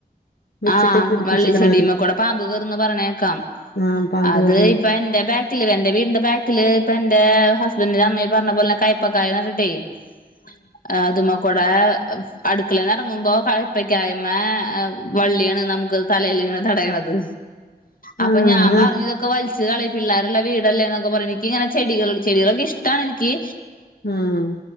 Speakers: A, on the left; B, on the left.
A: വെച്ചിട്ട്
B: ആഹ്
A: പുടിപ്പിച്ചിക്കണ
B: വള്ളിച്ചെടിയമ്മേ
A: അവര്
B: കൂടെ പാമ്പ് കേറും എന്ന് പറയണ കേക്കാം
A: ആ പാമ്പ്
B: അത്
A: കേറണ
B: ഇപ്പ എന്റെ ബാക്കില് എന്റെ വീടിന്റെ ബാക്കില് ഇപ്പ എന്റെ - ഹസ്ബൻഡിന്റെ അമ്മ പറഞ്ഞ പോലെ കയ്പ്പക്കായ കണ്ടിട്ടെ - ആ അത് മാ കൂടെ അടുക്കലന്ന് ഇറങ്ങുമ്പോ കപ്പൊക്കാ <unintelligible> യ്മ വള്ളിയാണ് നമുക്ക് തലൽ തടയണത്
A: ആ
B: അപ്പൊ ഞാൻ
A: ആ
B: പറഞ്ഞു ഇതൊക്കെ വലിച്ച് കളയേ പിള്ളേരുള്ള വീടല്ലേന്നൊക്കെ എനിക്ക് ഇങ്ങനെ ചെടികള് ചെടികളൊക്കിഷ്ടാണ് എനിക്ക്
A: ആഹ്